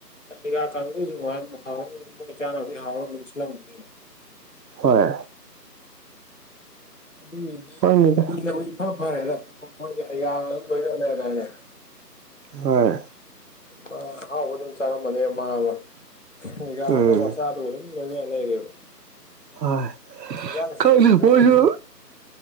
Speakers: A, on the left (about 50°); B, on the right (about 80°).
A: ꯑꯩꯒꯥ ꯀꯥꯡꯕꯨꯁꯨ <unintelligible> ꯍꯥꯎꯅꯕ ꯃꯣꯏ ꯆꯥꯅꯕꯗꯤ ꯍꯥꯎꯅꯕ ꯑꯗꯨꯝ ꯁꯤꯜꯂꯝꯒꯅꯤꯕ
B: ꯍꯣꯏ
A: ꯑꯗꯨꯒꯤꯗꯤ
B: ꯈꯪꯗꯦꯗ
A: ꯕꯤꯅꯤꯅꯕꯨ ꯏꯐ ꯐꯔꯦꯗ ꯃꯣꯏꯗꯤ ꯑꯩꯒꯥꯒ ꯑꯗꯨꯝ ꯂꯣꯏꯅꯔ ꯂꯩꯔꯗꯥꯏꯅꯦ
B: ꯍꯣꯏ
A: ꯃꯥ ꯑꯍꯥꯎꯕ ꯑꯗꯨꯝ ꯆꯥꯔꯝꯃꯅꯤ ꯃꯥ ꯑꯃ ꯑꯩꯒꯤꯌꯥ
B: ꯎꯝ
A: ꯑꯃ ꯋꯥ <unintelligible> ꯑꯗꯨꯝ ꯂꯣꯏꯅ ꯂꯩꯔꯦꯕ
B: ꯍꯣꯏ
A: ꯏꯟꯖꯥꯡ ꯁꯦꯝꯕꯗꯁꯨ
B: ꯈꯪꯗꯦ <unintelligible>